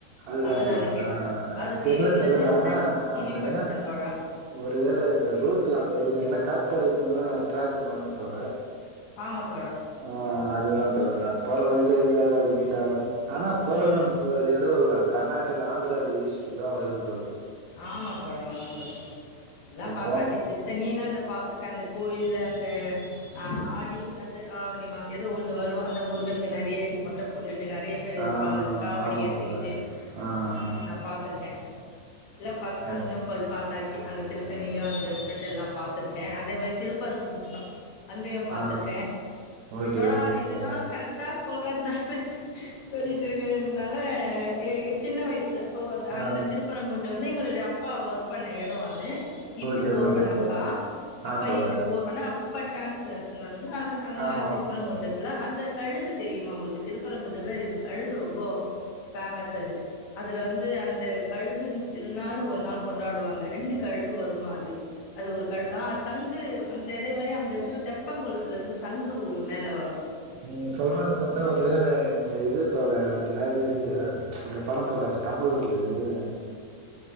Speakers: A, on the right; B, on the left.
A: அதுதா
B: அதனால
A: தோழர்
B: கேட்டே
A: அ அ அது தெர்ல
B: தெரியும் அந்த
A: தோழர்
B: திருத்தணி
A: ஆனா அ
B: கேள்விப்பட்டிருக்கே
A: எனா
B: தோழா
A: ஒருவேள இந்த ரூட் அங்க இருக்கு எனா காட்பாடியிலந்துதா ட்ராக் மாறு தோழர்
B: ஆமாத்
A: ஆஹ் அதுதாந் தோழர் அ போற வழியில எங்கியாவது அது மீட்டா ஆனா போற
B: ம்
A: வழ்ல நமக்கு அது எதோ அ கர்நாடக ஆந்திரா ரிஜிஸ்டருக்காவு இருக்குது
B: ஆமாத்தோழா ஆமாத்தோழா எல்லா பாத்தாச்சு
A: போனு
B: திருத்தண்ணில அந்த பாத்திருக்கே அந்த கோயில்ல அந்த அ ஆடி அது ஆவணிமா எதோ ஒன்னு வருவோ அந்த முருகனுகு நெறைய மொட்ட போட் ட்டுட்டு நெறைய பேரு
A: ஆ
B: இருப்பாங்க காவடி
A: ஆமாம்
B: எடுத்துக்கிட்டு
A: தோழர் ஆ
B: ஆமா
A: ஆ
B: நா பாத்துருக்கே ல்லப்பா
A: கரெக்ட்டு
B: தங்கம் போய் பா காச்சி அந்த திருத்தண்ணியிலு அந்த ஸ்பெஷல்லா பாத்திர்க்கே அதே மாரி திருப்பரங்குண்டு டு அங்கயு பாத்திர்க்கே
A: ஆ ஓகே
B: போட்ரார்னா
A: ஓகே தோழர்
B: சொல்லிட்டு இரு என்னால ஏய் சின்ன வயிசுல ஓ அத்
A: ஆ
B: அந்த திரு ப்பரங்குன்றம் வந்து எங்களுடைய அப்பா ஒர்க் பண்ண எடோ அது E
A: okay
B: B foreman
A: okay
B: அப்பா
A: தோழர் ஆ
B: அப்பா
A: தோழர்
B: இ பி ஃபோர்மென் அ இப்ப ட்ரான்ஸ்லேஷன் வரோ ய அந்த அந்தனால
A: ஆமா
B: திருப்பரங்குன்றத்தில
A: ஆமா தோழர்
B: அந்த கழுகு தெரியுமா உங்களுக்கு திருப்பரங்குண்டத்தில ரெண்டு கழுகு ரொம்ப ஃபேமஸ் அது அதுல வந்து அந்த கழுகுகின் திருநானு ஒரு நாள் கொண்டாடுவாங்க ரெண்டு கழுகு வருமா அது அது ஒரு க ஆ சங்கு அந்தெத மாரி அங்க இருக்கிற தெப்பங்கொளத்துல இருந்து சங்குவு மேல வரோ
A: நீங்க சொல்றது பாத்தா ஒரு வேல இந்த இது தோழர் அது என்னாது த ச்ச அந்த படோ தோழர் கமல்து ஆ